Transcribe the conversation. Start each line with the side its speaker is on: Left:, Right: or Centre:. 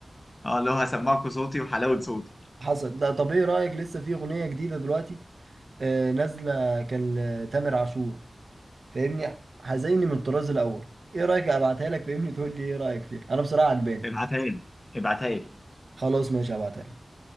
Left: اه اللي هو هسمعكوا صوتي وحلاوه صوتي
Right: حصل لا طب ايه رايك لسه في اغنيه جديده دلوقتي آه نازله كان لتامر عاشور فاهمني هزيني من الطراز الاول ايه رايك ابعتها لك فاهمني تقول لي ايه رايك فيها انا بصراحه عجباني
Left: ابعتها لي ابعتها لي
Right: خلاص ماشي هبعتها لك